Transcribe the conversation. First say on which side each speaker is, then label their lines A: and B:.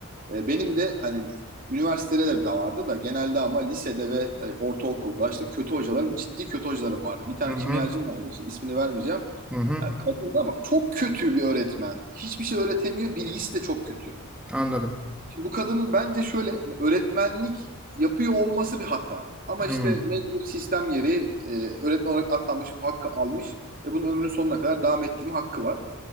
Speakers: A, on the right (about 40°); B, in the centre.
A: E, benim de hani üniversitede de bir vardı da genelde ama lisede ve e, ortaokulda işte kötü hocalarım ciddi kötü hocalarım vardı. Bir tane
B: hı hı,
A: kimyacım vardı işte ismini vermeyeceğim.
B: hı hı.
A: Yani kadındı ama çok kötü bir öğretmen. Hiçbir şey öğretemiyor. Bilgisi de çok kötü.
B: Anladım.
A: Şimdi bu kadının bence şöyle hani öğretmenlik yapıyor olması bir hata. Ama işte
B: Hı,
A: mecbur sistem gereği e, öğretmen olarak atanmış, bu hakkı almış ve bunun ömrünün sonuna kadar devam ettirme hakkı var.